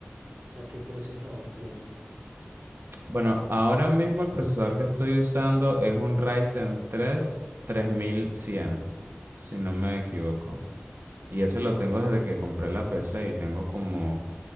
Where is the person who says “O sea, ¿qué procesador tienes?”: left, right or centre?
Right